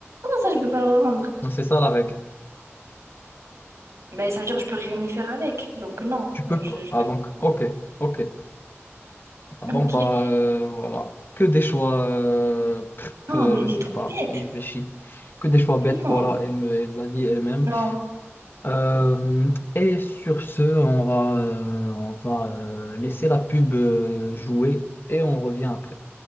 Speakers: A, on the right; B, on the left.
A: ça, je peux pas le revendre?
B: Non, c'est ça la règle.
A: Ben ça veut dire que je peux rien y faire avec. Donc non,
B: Tu peux
A: je...
B: pas.
A: je-
B: Ah donc,
A: <laughs>
B: ok, ok. Ah bon
A: Ok.
B: bah euh, voilà. Que des choix euh, pff,
A: Non,
B: euh,
A: mais
B: je
A: c'est
B: sais
A: trop
B: pas,
A: bête.
B: il réfléchit. Que des choix bêtes,
A: non
B: voilà, elle me elle l'a dit elle-même.
A: non
B: Euh, et sur ce, on va, euh, on va euh, laisser la pub euh, jouer et on revient après.